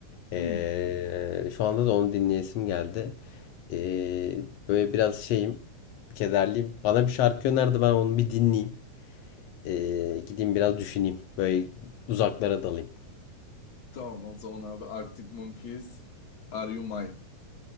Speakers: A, on the left; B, on the left.
A: Ee,
B: Hmm,
A: şu anda da onu dinleyesim geldi. Ee, böyle biraz şeyim, kederliyim. Bana bir şarkı önerdi ben onu bir dinleyeyim. Ee, gideyim biraz düşüneyim. Böyle uzaklara dalayım.
B: Tamam o zaman abi Arctic Monkeys, Are You Mine?